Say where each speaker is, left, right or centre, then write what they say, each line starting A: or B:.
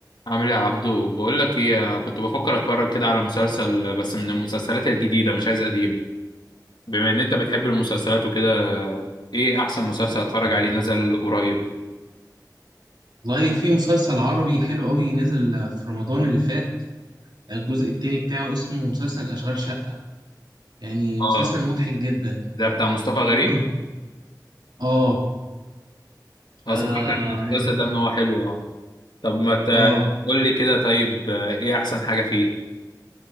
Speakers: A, on the left; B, on the right.
A: عامل ايه يا عبدو بقول لك ايه أنا كنت بفكر اتفرج كده على مسلسل بس من المسلسلات الجديده مش عايز قديم بما ان انت بتحب المسلسلات وكده ايه احسن مسلسل اتفرج عليه نزل قريب
B: والله في مسلسل عربي حلو قوي نزل في رمضان اللي فات الجزء التاني بتاعه اسمه مسلسل أشغال شقة يعني
A: اه
B: مسلسل مضحك جدا
A: ده بتاع مصطفى غريب
B: ممكن اه
A: اه
B: اه
A: سمعت عن المسلسل ده ان هو حلو اه طب ما
B: آه.
A: تقول لي كده طيب آه، ايه احسن حاجه فيه